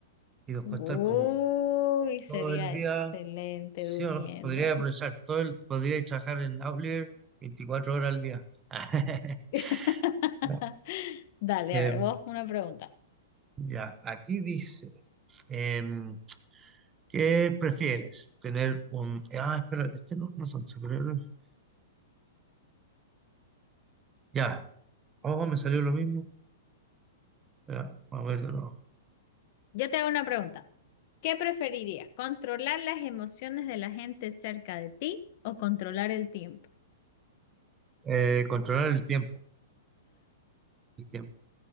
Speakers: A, on the right; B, on the left.
A: y después
B: Uy,
A: estar como
B: sería
A: todo el día.
B: excelente
A: Sí,
B: durmiendo.
A: o- podría aprovechar todo el, podría trabajar en Outlier 24 horas al día. <laughs>
B: <laughs>
A: Ya,
B: Dale,
A: Em,
B: a ver, vos una pregunta.
A: ya, aquí dice, em, ¿qué prefieres? Tener un... Ah, espera, este no, no son superhéroes. Ya, oh, me salió lo mismo. Espera, vamos a ver de nuevo.
B: Yo te hago una pregunta. ¿Qué preferirías? ¿Controlar las emociones de la gente cerca de ti o controlar el tiempo?
A: Eh, controlar el tiempo. el tiempo